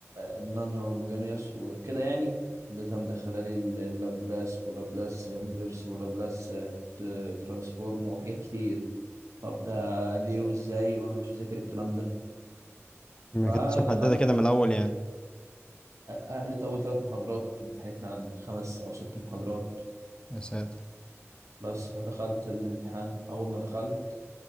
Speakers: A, on the right; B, on the left.
A: النون هوموجينيوس وكده يعني اللي كان مدخله لي ال- اللابلاس ولابلاس انفرس ولابلاس آه، ت- ترانسفورم وحاجات كتير طب ده ليه وازاي وانا مش مذاكر الكلام ده
B: ما
A: فدخلت
B: كانتش محددة كده من الاول يعني
A: آه، قالت اول ثلاث محاضرات امتحنتنا عن خمس او ست محاضرات
B: يا ساتر
A: بس فدخلت الامتحان اول ما دخلت